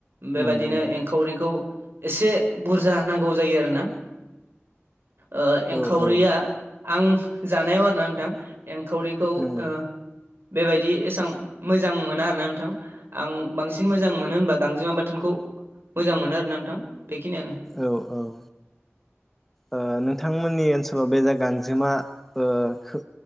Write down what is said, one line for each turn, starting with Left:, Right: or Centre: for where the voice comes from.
Right: बेबायदिनो
Centre: नंगौ नंगौ
Right: एंखावरिखौ एसे बुरजा नांगौ जायो आरोना। ओ एंखावरिया
Centre: औ औ
Right: आं जानायाव आरोना नोंथां। एंखावरिखौ
Centre: नंगौ
Right: ओ बेबायदि एसेबां मोजां मोना आरोना नोंथां आं बांसिन मोजां मोनो होनबा गांजेमा बाथोनखौ मोजां मोनो आरोना नोंथां। बेखिनियानो
Centre: औव औव ओ नोंथांमोननि ओनसोलाव बे जायगा गांजेमा ओ खो